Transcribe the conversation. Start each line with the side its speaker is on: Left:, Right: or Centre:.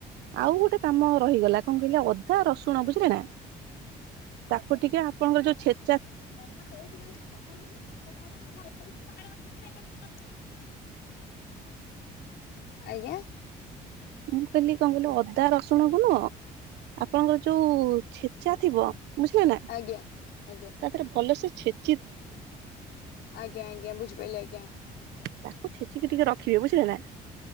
Right: ଆଉ ଗୋଟେ କାମ ରହିଗଲା କଣ କହିଲେ ଅ ରସୁଣ ବୁଝିଲେ ନାଁ ତାକୁ ଟିକେ ଆପଣଙ୍କର ଯୋଉଁ ଛେ
Left: କଭା କୋଉଠି ଯାଇଲ ସଖାଳ ପରଠୁ <inaudible> ଆଜ୍ଞା
Right: ମୁଁ କହିଲି କଣ କହିଲି ଅଦା ରସୁଣ କୁ ନୁହଁ ଆପଣଙ୍କର ଯୋଉଁ ଛେ ଛା ଥିବ ବୁଝିଲନାଁ
Left: ଆଜ୍ଞା ଆଜ୍ଞା
Right: ତା ଦେହରେ ଭଲ ସେ ଛେ
Left: ଆଜ୍ଞା ଆଜ୍ଞା ବୁଝିପାରିଲି ଆଜ୍ଞା
Right: ତାକୁ ଛେଚିକି ଟିକେ ରଖିବେ ବୁଝିଲେ ନାଁ